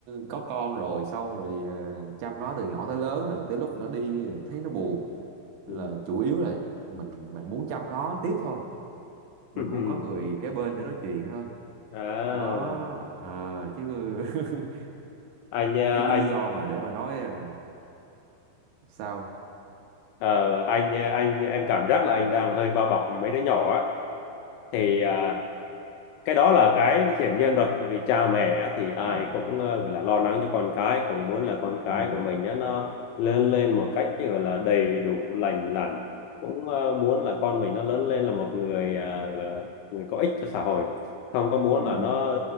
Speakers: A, on the right; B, on the left.
A: có con rồi xong rồi ờ, chăm nó từ nhỏ tới lớn rồi tới lúc nó đi thấy nó buồn Nên
B: ừ
A: là chủ yếu là mình mình muốn chăm nó tiếp thôi mình
B: ừ.
A: muốn có người kế bên để nói chuyện thôi
B: <laughs> à
A: đó à, chứ <laughs>
B: anh à,
A: mấy cái
B: anh
A: lý do mà để mà nói à, sao
B: ờ, anh anh em cảm giác là anh đang hơi bao bọc mấy đứa nhỏ á thì à, cái đó là cái hiển nhiên rồi tại vì cha mẹ á, thì ai
A: ừ
B: cũng ờ, gọi là lo lắng cho con cái cũng muốn là con cái
A: ừ
B: của mình á, nó lớn lên một cách gọi là đầy đủ lành lặn cũng ờ, muốn là con mình nó lớn lên là một người ờ, gọi là người có ích cho xã hội không có muốn
A: ừ
B: là nó